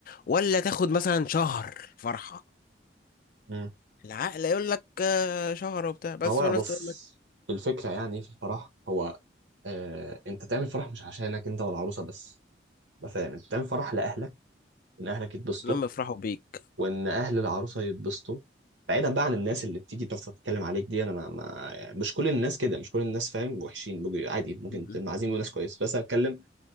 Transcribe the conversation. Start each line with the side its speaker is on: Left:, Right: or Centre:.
Left: ولا تاخد مثلا شهر فرحة
Right: مم.
Left: العقل يقول لك آه، شهر وبتاع بس
Right: هو
Left: في ناس
Right: بص
Left: تقول لك
Right: الفكرة يعني في الفرح هو آه انت تعمل فرح مش عشانك انت والعروسة بس مثلا انت تعمل فرح لأهلك ان أهلك يتبسطوا
Left: لما يفرحوا بيك
Right: وان أهل العروسة يتبسطوا بعيدا بقى عن الناس اللي بتيجي تفضل تتكلم عليك دي انا ما, ما يعني مش كل الناس كده مش كل الناس فاهم وحشين بيبقوا عادي ممكن
Left: م-
Right: المعازيم وناس كويس بس أنا بتكلم